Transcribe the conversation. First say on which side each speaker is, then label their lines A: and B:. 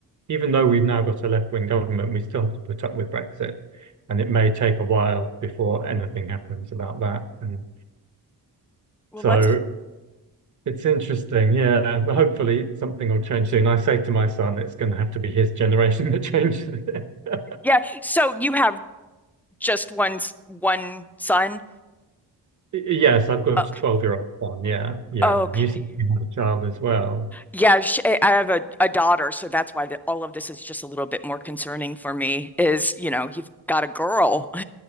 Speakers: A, on the right (about 50°); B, in the centre.
A: even though we've now got a left-wing government, we still have to put up with Brexit, and it may take a while before anything happens about that. And
B: Well,
A: so
B: let's.
A: it's interesting, yeah. Hopefully something will change soon. I say to my son, it's going to have to be his generation <laughs> that changes it. <laughs>
B: Yeah. So you have just one s- one son.
A: Yes, I've got
B: Okay.
A: a 12-year-old son. Yeah, yeah.
B: Okay.
A: You said you had a child as well.
B: Yeah, sh I I have a, a daughter, so that's why the, all of this is just a little bit more concerning for me is, you know, you've got a girl. <laughs>